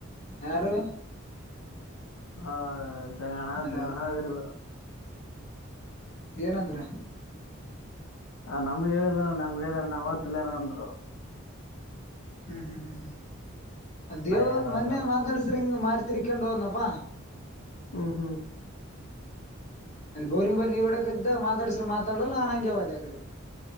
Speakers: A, on the left; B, on the left.
A: ಯಾರು
B: ಹ ಜಗಣ
A: ಅಲೋ
B: ದಿಗೆಣ ಏದಿರತ್ತರ್
A: ಏನಂದ್ರ
B: ಆ ನಮ್ಗ್ ಹೇಳಿಲ್ಲಲ್ಲ ನಮ್ಗ ಹೇಳಿದ್ರ ನಾವ್ ಒಗತಿಲ್ ಏನ ಅಂದ್ರು
A: ಹ್ಮ್ ಹ್ಮ್ ಹ್ಮ್ ಹ್ಮ್ ಅ ದೇವಾಗ
B: ನಾ ಏನ್ ಓದ್ಸಲ್ಲ
A: ಮೊನ್ನೆ ಮಾತಾಡಸಿದ್ರ ಹಿಂಗ್ ಮಾರ್ತಿರಿಕೊಂಡ್ ಹೋದನಪ್ಪಾ
B: ಹ್ಮ್ ಹ್ಮ್
A: ಅಲ್ಲಿ ಬೋರಿಂಗ್ ಬಲ್ಲಿ ನೀರ್ಓಡೋಕತಿದ ಮಾತಾಡಸಿದ್ರ ಮಾತಾಡಲ್ಲಿಲ್ ನಾನು ಹಂಗೆ ಹೋದೆ ಅ ಕಡಿ